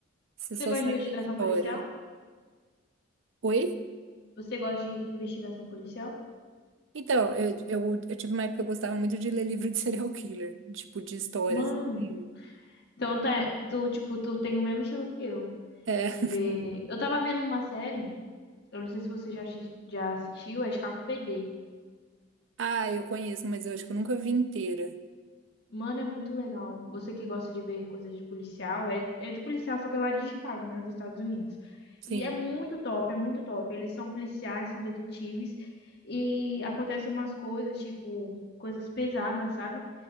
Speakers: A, on the right; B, on the left.
A: você
B: Você
A: só
B: gosta
A: segue
B: de investigação
A: a história.
B: policial?
A: Oi?
B: Você gosta de investigação policial?
A: Então, eu, eu, eu tive uma época que eu gostava muito de ler livro de serial killer, tipo, de histórias.
B: Mano,
A: assim.
B: então tá, tu, tipo, tu tem o mesmo estilo que eu.
A: É.
B: De ver. Eu tava vendo uma série. Eu não sei se você já, assis- já assistiu, é Chicago PD.
A: Ah, eu conheço, mas eu acho que eu nunca vi inteira.
B: Mano, é muito legal. Você que gosta de ver coisas de policial, é, é de policial, só que lá de Chicago, né, dos Estados Unidos.
A: Sim.
B: E é muito top, é muito top. Eles são policiais, são detetives, e acontecem umas coisas, tipo, coisas pesadas, sabe?